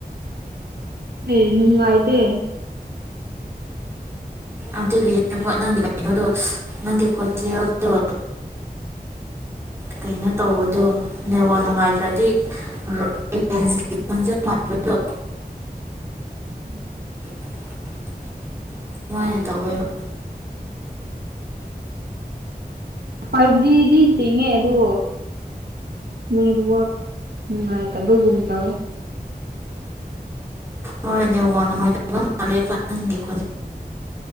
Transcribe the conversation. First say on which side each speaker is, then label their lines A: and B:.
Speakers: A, on the right (about 80°); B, on the right (about 15°).
A: ꯑꯦ ꯅꯪ ꯑꯥꯏꯇꯦ
B: ꯑꯗꯨꯒꯤꯅꯦꯕ ꯅꯪꯒꯤ ꯀꯩꯅꯣꯗꯣ ꯅꯪꯒꯤ ꯀꯣꯟꯖꯗꯣ ꯀꯩꯅꯣ ꯇꯧꯕꯗꯣ ꯅꯦꯋꯥ ꯅꯨꯡꯉꯥꯏꯇ꯭ꯔꯗꯤꯂꯦꯟꯁ ꯈꯣꯟꯖꯦꯜ ꯃꯥꯟꯕꯗꯣ
A: ꯎꯝ
B: <inaudible> ꯑꯗꯨꯨꯃꯥꯏꯅ ꯇꯧꯋꯦꯕ
A: ꯐꯥꯏꯚ ꯖꯤꯗꯤ ꯆꯤꯡꯉꯦ ꯑꯗꯣ ꯅꯦꯠꯋꯥꯛ ꯅꯨꯡꯉꯥꯏꯇꯕꯒꯨꯝ ꯇꯧꯋꯦ
B: ꯎꯝ ꯍꯣꯏ ꯋꯥ ꯅꯨꯡꯉꯥꯏꯇ ꯃꯥꯦ ꯄ ꯍꯪꯒꯦ ꯈꯣ